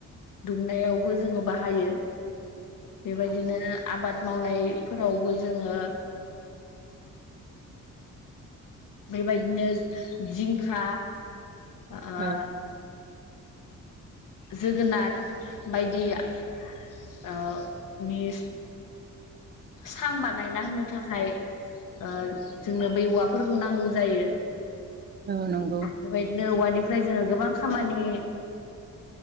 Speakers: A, on the left; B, on the right.
A: दुमनायावबो जोङो बाहायो बेबायदिनो आबाद मावनायफोरावबो जोङो बेबायदिनो जिंखा ओ
B: औ
A: जोगोनार बायदि आ ओ मिस सांबान नायना होनो थाखाय ओ-जोंनो बे औवाफोरखौ नांगौ जायो।
B: औ नंगौ।
A: बेबायदिनो औवानिफ्राय जोङो गोबां खामानि